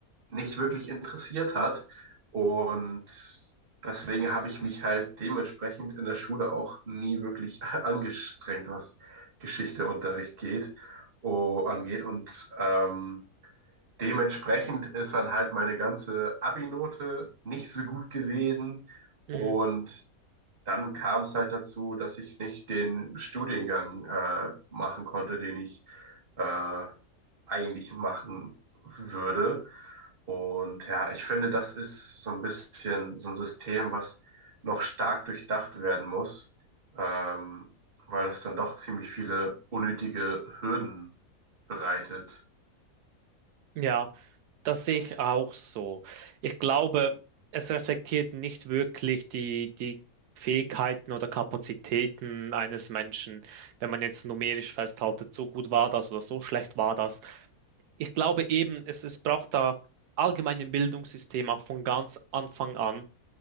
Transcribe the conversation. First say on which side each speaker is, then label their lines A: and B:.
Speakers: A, on the right; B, on the right.
A: nicht wirklich interessiert hat. Und deswegen habe ich mich halt dementsprechend in der Schule auch nie wirklich <laughs> angestrengt, was Geschichteunterricht geht, oh, angeht. Und ähm, dementsprechend ist dann halt meine ganze Abi-Note nicht so gut gewesen.
B: Mhm.
A: Und dann kam es halt dazu, dass ich nicht den Studiengang äh, machen konnte, den ich äh, eigentlich machen würde. Und ja, ich finde, das ist so ein bisschen so ein System, was noch stark durchdacht werden muss, ähm, weil es dann doch ziemlich viele unnötige Hürden bereitet.
B: Ja. Das sehe ich auch so. Ich glaube, es reflektiert nicht wirklich die, die Fähigkeiten oder Kapazitäten eines Menschen, wenn man jetzt numerisch festhaltet, so gut war das oder so schlecht war das. Ich glaube eben, es, es braucht da allgemein im Bildungssystem auch von ganz Anfang an